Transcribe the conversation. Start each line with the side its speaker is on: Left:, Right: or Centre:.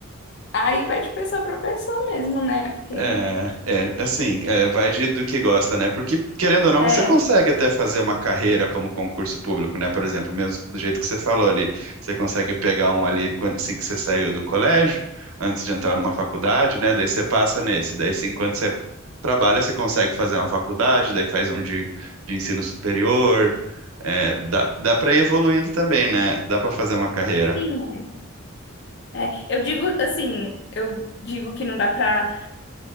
Left: Aí vai de pessoa para pessoa mesmo, né? Porque
Right: É, é, é assim, é, vai de, do que gosta, né? Porque, querendo ou não,
Left: é,
Right: você consegue até fazer uma carreira como concurso público, né? Por exemplo, mesmo do jeito que você falou ali, você consegue pegar um ali quando- assim que você saiu do colégio, antes de entrar numa faculdade, né? Daí você passa nesse, daí assim, enquanto você trabalha, você consegue fazer uma faculdade, daí faz um de, de ensino superior, É, dá, dá para ir evoluindo também, né? Dá para fazer uma carreira.
Left: sim, é. Eu digo assim, eu digo que não dá para